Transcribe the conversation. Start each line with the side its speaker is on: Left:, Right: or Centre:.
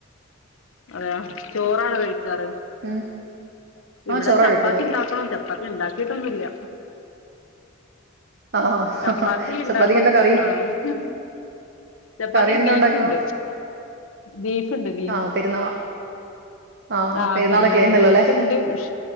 Left: അതെയ ചോറാണ് കഴിക്കാറ്
Right: ഉം ആഹ്
Left: ഇവിടെ
Right: ചോറാ
Left: ചപ്പാത്തി
Right: കഴിക്കാറ്
Left: ഉണ്ടാക്കണം ചപ്പാത്തി ഉണ്ടാക്കിട്ടൊന്നുല്ല
Right: ആഹ്
Left: ചപ്പാത്തി ഉണ്ടാക്കണ
Right: ചപ്പാത്തിക്ക് എന്താ കറി
Left: ആഹ് ഹ് ഹ്ചപ്പാത്തി
Right: കറി എന്താ
Left: ബീഫിണ്ട്
Right: ഉണ്ടാക്കുക
Left: ബീഫിണ്ട് ബീഫ്
Right: ആഹ് പെരുന്നാ ആഹ്
Left: ആഹ
Right: പെരുന്നാളൊക്കെ
Left: പെരുന്നാളുണ്ട്
Right: ആയിരുന്നല്ലോ
Left: ബീഫിണ്ട്
Right: അല്ലേ
Left: ഷ്